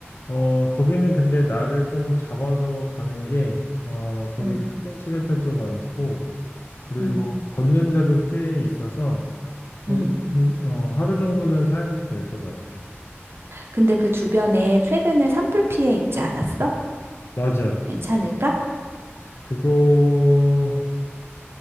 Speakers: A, on the left; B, on the right.
A: 어 거기는 근데 나를 좀 잡아서 가는 게 어 거기
B: 음,
A: 사진 찍을 때도 많고 그리고
B: 음,
A: 걷는 데도 꽤 있어서 거기
B: 음.
A: 어 하루 정도는 사용해도 될 것 같아.
B: 근데 그 주변에 최근에 산불 피해 있지 않았어?
A: 맞아.
B: 괜찮을까?
A: 그거까지는